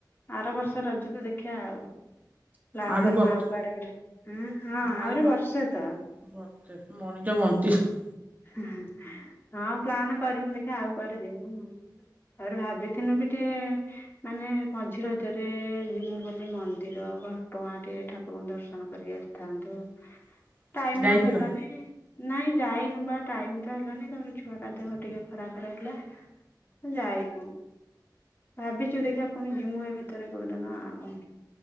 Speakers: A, on the left (about 30°); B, on the right (about 20°).
A: ଆର ବର୍ଷ ରଜକୁ ଦେଖିବା ଆଉ। ପ୍ଲାନ୍
B: ଆଳୁ
A: କରିବା
B: ବତେ
A: ଆଉ କୁଆଡ଼େ ଗୋଟେ ହୁଁ ହଁ ଆହୁରି
B: ଆଳୁ ବଡ
A: ବର୍ଷେ ତ।
B: <unintelligible>
A: ହୁଁ ହୁଁ। ହଁ ପ୍ଲାନ କରିମୁ ଦେଖିବା ଆଉ କୁଆଡ଼େ ଯିବୁ ତାପରେ ଭାବିିଥିନୁ ଟିକେ। ମାନେ ମଝିରେ ରଜରେ ଯିବୁ ବୋଲି ମନ୍ଦିର ଘଟଗାଁ ଟିକେ ଠାକୁ ଦର୍ଶନ କରିକି ଆସିଥାନ୍ତୁ।
B: <inaudible>
A: ଟାଇମ୍
B: ଯାଇଥିଲ?
A: ଆଉ ହେଲାନି ନାଇଁ ଯାଇନୁ ବା ଟାଇମ୍ ହେଲାନି ତାପରେ ଛୁଆଟା ଦେହ ଟିକେ ଖରାପ ରହିଲା ଯାଇ ଭାବିଛୁ ଦେଖିବା ପୁଣି ଯିମୁ ଏ ଭିତରେ କୋଉଦିନ ଆଉ।